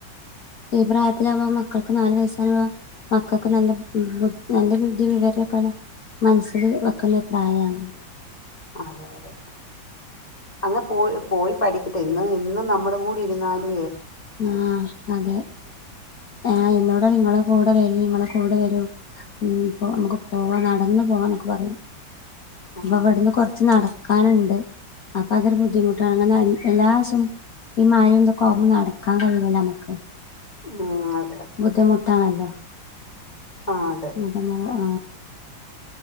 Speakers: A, on the left; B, on the left.
A: ഈ പ്രായത്തിലാകുമ്പോ മക്കൾക്ക് നാല് വയസാകുമ്പോം മക്കൾക്ക് നല്ല നല്ല ബുദ്ധി വിവരൊക്കെ മനസ്സിൽ വെക്കുന്ന പ്രായാണ്
B: അതെ അതെ അങ്ങ് പോയി പോയി പഠിക്കട്ടെ ഇന്ന് ഇന്ന് നമ്മുടെ കൂടി ഇരുന്നാല്
A: ആ അതെ ആ എന്നോട് നിങ്ങള കൂടെ വെരി ങ്ങളെ കൂടെ വെരും മ് പ്പോ മ്മക്ക് നടന്ന് പോവാ ന്നൊക്കെ പറയും
B: ആഹ്
A: ഇവ്ട്ന്ന് കൊറച്ച് നട ക്കാനുണ്ട് അപ്പൊ അതൊരു ബുദ്ധിമുട്ടാണ് അങ്ങനെ എല്ലാ ദിവസം ഈ മഴേ തോക്കാവുമമ്പോ നട ക്കാൻ കയ്യൂല്ലല്ലോ നമ്മക്ക്
B: ഉം അത
A: ബുദ്ധിമുട്ടാണല്ലോ
B: ആഹ് അതെ
A: അപ്പോ ആ